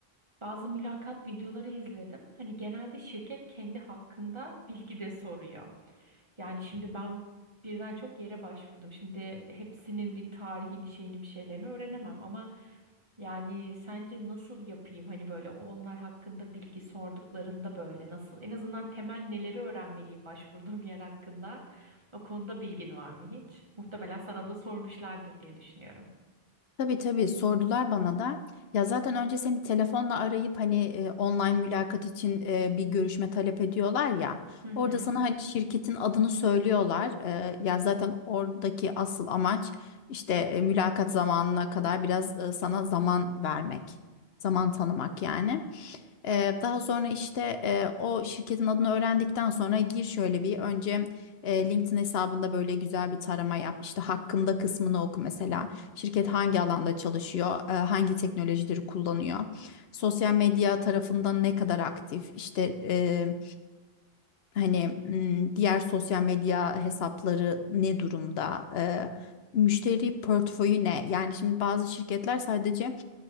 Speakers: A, on the right; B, on the left.
A: Bazı mülakat videoları izledim. Hani genelde şirket kendi hakkında bilgi de soruyor. Yani şimdi ben birden çok yere başvurdum. Şimdi hepsinin bir tarihini, şeyini, bir şeylerini öğrenemem ama yani sence nasıl yapayım? Hani böyle o onlar hakkında bilgi sorduklarında böyle nasıl? En azından temel neleri öğrenmeliyim başvurduğum yer hakkında? O konuda bilgin var mı hiç? Muhtemelen sana da sormuşlardır diye düşünüyorum.
B: Tabii tabii sordular bana da. Ya zaten önce seni telefonla arayıp hani e, online mülakat için e, bir görüşme talep ediyorlar ya.
A: Hı hı.
B: Orada sana hani şirketin adını söylüyorlar. E, ya zaten oradaki asıl amaç işte e, mülakat zamanına kadar biraz e, sana zaman vermek, zaman tanımak yani. Eee, daha sonra işte eee, o şirketin adını öğrendikten sonra gir şöyle bir önce eee, LinkedIn hesabında böyle güzel bir tarama yap. İşte hakkında kısmını oku mesela. Şirket hangi alanda çalışıyor, eee, hangi teknolojileri kullanıyor. Sosyal medya tarafından ne kadar aktif, işte eee, hani mm, diğer sosyal medya hesapları ne durumda, Eee, müşteri portföyü ne? Yani şimdi bazı şirketler sadece